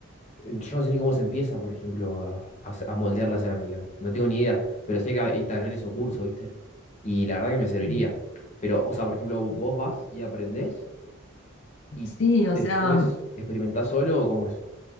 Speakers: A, on the left; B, on the left.
A: en- yo no sé ni cómo se empieza, por ejemplo, a, a se- a moldear la cerámica. No tengo ni idea, pero sé que hay talleres o cursos, ¿viste? Y la verdad que me serviría.
B: Sí.
A: Pero, o sea, por ejemplo, vos vas y aprendés y
B: Sí, o
A: después
B: sea,
A: experimentás solo o cómo es.